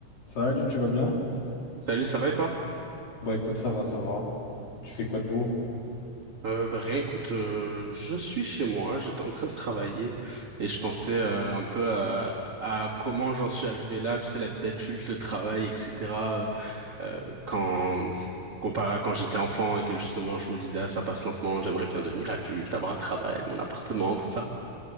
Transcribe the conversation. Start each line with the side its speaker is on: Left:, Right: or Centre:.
Left: Salut, tu vas bien?
Right: Salut, ça va et toi?
Left: Bah écoute, ça va, ça va. Tu fais quoi de beau?
Right: Euh, bah, rien, écoute, euh, je suis chez moi, j'étais en train de travailler et je pensais euh, un peu à, à comment j'en suis arrivé là, tu sais, la vie d'adulte, le travail, etc. euh, quand comparé à quand j'étais enfant et que justement je me disais ah ça passe lentement, j'aimerais bien devenir adulte, avoir un travail, mon appartement, tout ça.